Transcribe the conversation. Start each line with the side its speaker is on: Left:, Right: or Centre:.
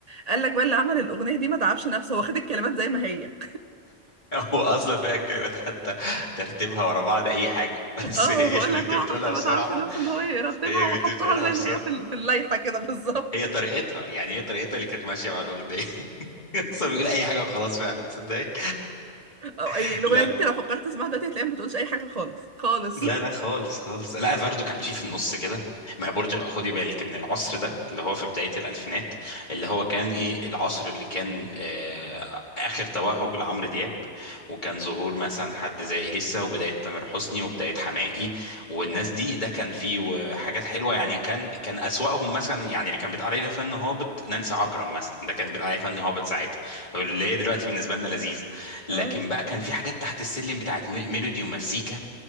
Right: قال لك بقى اللي عمل الاغنيه دي ما تعبش نفسه هو خد الكلمات زي ما هي
Left: هو اصلا فيها الكلمات حتى ترتيبها ورا بعض اي حاجه
Right: <laughs>
Left: <laughs> بس
Right: اه
Left: هي
Right: بقول
Left: البنت
Right: لك هو
Left: بتقولها
Right: حتى ما
Left: بسرعه
Right: تعبش نفسه ان هو يرتبها
Left: هي البنت
Right: وحطها
Left: بتقولها
Right: زي
Left: بسرعه
Right: ما هي في ال- في اللائحه كده بالظبط
Left: هي طريقتها يعني هي طريقتها اللي كانت ماشيه مع الاغنيه <laughs> اصلا بيقول اي حاجه وخلاص فعلا تصدق
Right: <laughs> او
Left: <laughs>
Right: يعني الاغنيه دي انت لو فكرت تسمعها دلوقتي هتلاقيها ما بتقولش اي حاجه خالص خالص
Left: لا
Right: <laughs>
Left: لا خالص خالص لا فاردو كان فيه في النص كده ما هي برضه خدي بالك ان العصر ده اللي هو في بداية الألفينات اللي هو كان ايه العصر اللي كان آه آخر توهج لعمرو دياب وكان ظهور مثلا حد زي إليسا وبداية تامر حسني وبداية حماقي والناس دي ده كان فيه حاجات حلوة يعني كان كان أسوأهم مثلا يعني اللي كان بيتقال عليه فن هابط نانسي عجرم مثلا ده كان بيتقال عليه فن هابط ساعتها اللي هي دلوقتي بالنسبة لنا لذيذة لكن
Right: اه
Left: بقى كان في حاجات تحت السلم بتاعت ميلودي ومزيكا